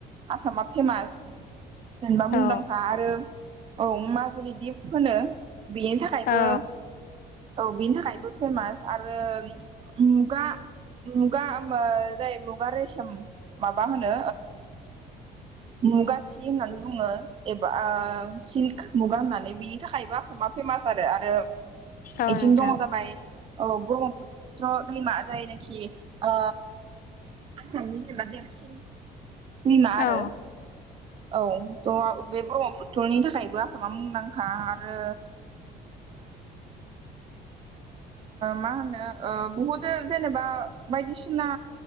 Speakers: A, on the right; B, on the left.
A: आसामा फेमास जेनेबा मुंदांखा
B: औ
A: आरो औ माजुलि दिप होनो बेनि थाखायबो
B: औ
A: औ बिनि थाखायबो फेमास आरो मुगा मुगा जाय मुगा रेसोम माबा होनो मुगा सि होननानै बुङो एबा ओ सिल्क मुगा होननानै बिनि थाखायबो आसा मा फेमास आरो आरो
B: औ
A: आथिं
B: नोंथां
A: दंङ जाबाय औ ब्रह्मपुत्र दैमा जायनाखि ओ आसामनि जेनेबा देरसिन दैमा आरो
B: औ
A: औ थ' बे ब्रह्मपुत्रनि थाखायबो आसामा मुंदांखा आरो मा होनो बहुद जेनेबा बायदिसिना